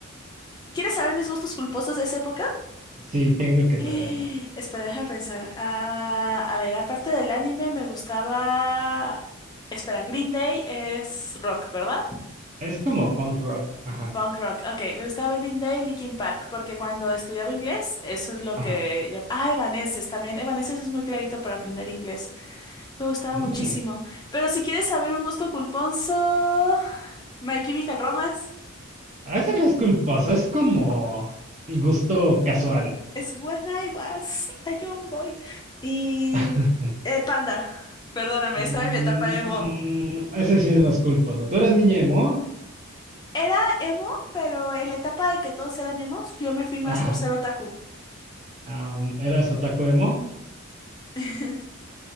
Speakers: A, on the left; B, on the right.
A: ¿Quieres saber mis gustos culposos de esa época?
B: Sí, tengo que
A: <gasps>
B: saberlos.
A: Espera, déjame pensar. Ah, a ver, aparte del anime me gustaba... Espera, Green Day es rock, ¿verdad?
B: Es como punk rock. Ajá,
A: Punk rock, ok, me gustaba Green Day y Linkin Park, porque cuando estudiaba inglés, eso es lo
B: ajá.
A: que... llam- Ah, Evanescence también, Evanescence es muy clarito para aprender inglés, me gustaba
B: Mm.
A: muchísimo. Pero si quieres saber un gusto culponzo, My Chemical Romance
B: Ah, eso no es culposo, es como gusto casual.
A: es When I Was a Young Boy y
B: <laughs>
A: eh, Panda, perdóname,
B: Mm,
A: estaba en mi etapa emo.
B: ese sí es más culposo. ¿Tú eras niña emo?
A: Era emo, pero en la etapa en que todos eran emos, yo me fui más
B: Ajá.
A: por ser otaku.
B: Am, ¿eras otaku emo?
A: <laughs>